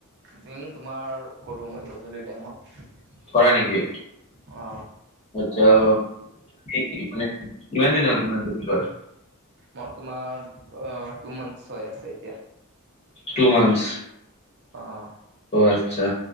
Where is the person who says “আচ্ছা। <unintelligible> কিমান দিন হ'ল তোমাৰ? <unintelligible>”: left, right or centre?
Left